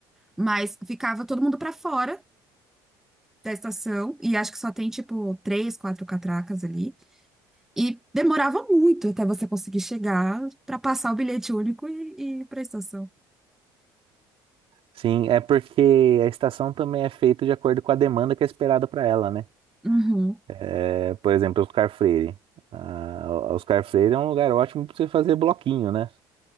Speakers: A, in the centre; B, on the right.
A: mas ficava todo mundo para fora da estação, e acho que só tem, tipo, três, quatro catracas ali. E demorava muito até você conseguir chegar para passar o bilhete único e, e ir para a estação.
B: sim, é porque a estação também é feita de acordo com a demanda que é esperada para ela, né?
A: Uhum.
B: É, por exemplo, Oscar Freire. Ah, Oscar Freire é um lugar ótimo para você fazer bloquinho, né?